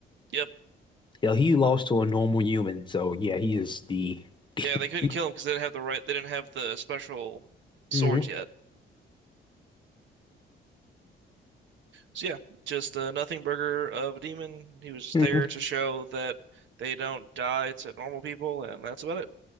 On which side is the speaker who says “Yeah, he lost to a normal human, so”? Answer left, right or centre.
Left